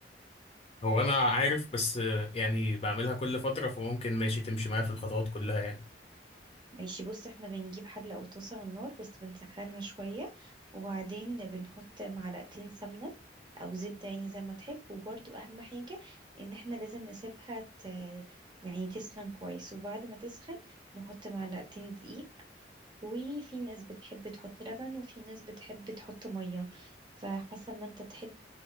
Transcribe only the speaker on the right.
ماشي بص احنا بنجيب حله او طاسه على النار بس بنسخنها شويه وبعدين بنحط معلقتين سمنه او زبده يعني زي ما تحب وبرده اهم حاجه ان احنا لازم نسيبها ت... يعني تسخن كويس وبعد ما تسخن نحط معلقتين دقيق وفي ناس بتحب تحط لبن وفي ناس بتحب تحط مية فحسب ما انت تحب